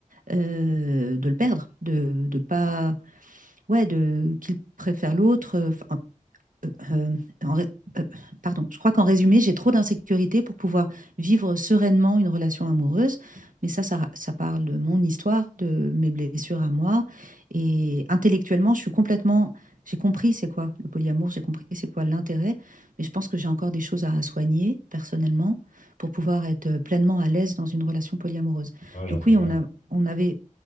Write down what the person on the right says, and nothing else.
euh, de le perdre, de, de pas, ouais, de qu'il préfère l'autre. Enfin, euh, euh, euh, en ré- euh, pardon, je crois qu'en résumé, j'ai trop d'insécurité pour pouvoir vivre sereinement une relation amoureuse. Mais ça, ça, ça parle de mon histoire, de mes blessures à moi. Et intellectuellement, je suis complètement... J'ai compris c'est quoi le polyamour, j'ai compris c'est quoi l'intérêt. Mais je pense que j'ai encore des choses à soigner personnellement pour pouvoir être pleinement à l'aise dans une relation polyamoureuse.
Donc oui,
on a, on avait